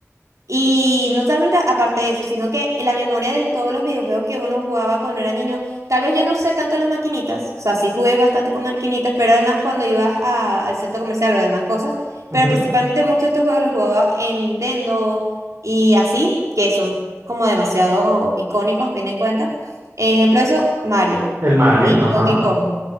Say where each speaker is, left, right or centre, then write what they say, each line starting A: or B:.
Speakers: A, on the right; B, on the right.
A: Y no solamente aparte de eso, sino que la memoria de todos los videojuegos que uno jugaba cuando era niño, tal vez yo no usé tanto las maquinitas, o sea, sí jugué bastante con maquinitas, pero además cuando ibas a- al centro comercial o demás cosas,
B: Ujú,
A: pero principalmente muchos de estos juegos los jugaba en Nintendo y así, que son como demasiado icónicos, bien en cuenta. Ejemplo de eso, Mario
B: El Mario,
A: y
B: ajá.
A: Donkey Kong.